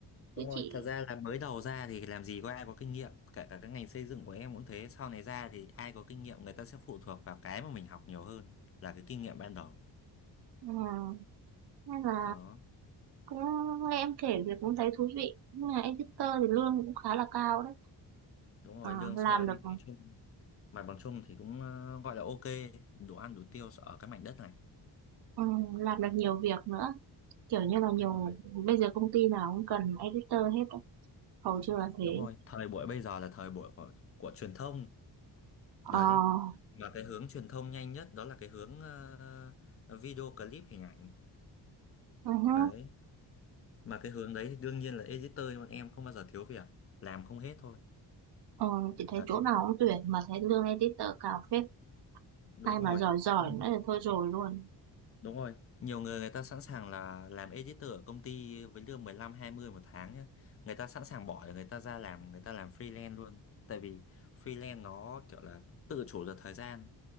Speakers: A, on the left (about 35°); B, on the right (about 65°).
A: Đúng
B: với
A: rồi,
B: chị
A: thật ra là mới đầu ra thì làm gì có ai có kinh nghiệm, kể cả cái ngành xây dựng của em cũng thế, sau này ra thì ai có kinh nghiệm người ta sẽ phụ thuộc vào cái mà mình học nhiều hơn là cái kinh nghiệm ban đầu.
B: ừ, nên là
A: Đó,
B: cũng nghe em kể việc cũng thấy thú vị nhưng mà editor thì lương cũng khá là cao đấy
A: đúng rồi,
B: Ờ,
A: lương
B: làm
A: so với mặt
B: được
A: bằng chung, mặt bằng chung thì cũng ờ, gọi là ok, đủ ăn đủ tiêu ở cái mảnh đất này.
B: ừ, làm được nhiều việc nữa kiểu như là
A: Đúng
B: nhiều
A: rồi,
B: bây giờ công ty nào cũng cần editor hết á. hầu như là thế
A: đúng rồi, thời buổi bây giờ là thời buổi của, của truyền thông,
B: Ờ,
A: đấy.
B: uh-huh.
A: Mà cái hướng truyền thông nhanh nhất đó là cái hướng ờ, video clip hình ảnh,
B: ừ hứ.
A: đấy. mà cái hướng đấy thì đương nhiên là editor bọn em không bao giờ thiếu việc làm không hết thôi
B: Ờ, chị thấy
A: đấy
B: chỗ nào cũng tuyển mà thấy lương editor cao phết.
A: đúng
B: Ai mà
A: rồi
B: giỏi giỏi
A: nhưng
B: nữa thì thôi rồi luôn.
A: đúng rồi nhiều người người ta sẵn sàng là làm editor ở công ty với lương mười lăm hai mươi một tháng nhá người ta sẵn sàng bỏ để người ta ra làm người ta làm freelance luôn tại vì freelance nó kiểu là tự chủ được thời gian